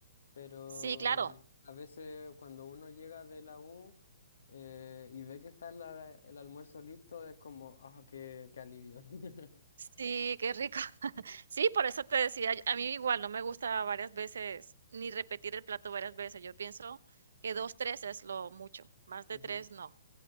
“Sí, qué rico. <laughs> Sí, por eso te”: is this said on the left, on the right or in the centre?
Right